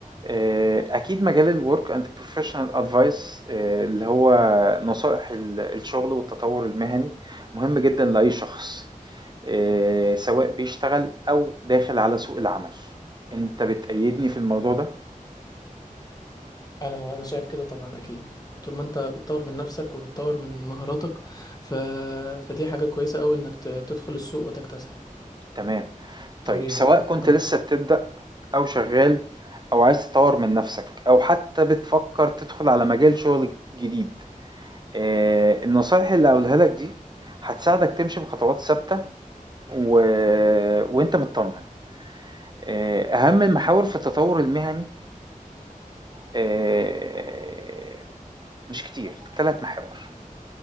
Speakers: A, on the right (about 30°); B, on the left (about 25°).
A: آه، أكيد مجال الورك أند بروفيشنال أدفايس اللي هو نصائح ال- الشغل والتطور المهني مهم جدا لأي شخص آه، سواء بيشتغل أو داخل على سوق العمل أنت بتأيدني في الموضوع ده؟
B: انا انا شايف كده طبعا اكيد طول ما انت بتطور من نفسك وبتطور من مهاراتك ف... فدي حاجه كويسه قوي انك ت... تدخل السوق وتكتسح
A: تمام
B: طبيعي
A: طيب سواء
B: يعني
A: كنت
B: اه
A: لسه بتبدأ أو شغال أو عايز تطور من نفسك أو حتى بتفكر تدخل على مجال شغل جديد آه، النصائح اللي هقولها لك دي هتساعدك تمشي بخطوات ثابتة و... وانت مطمن آه، اهم المحاور في التطور المهني آه، مش كتير ثلاث محاور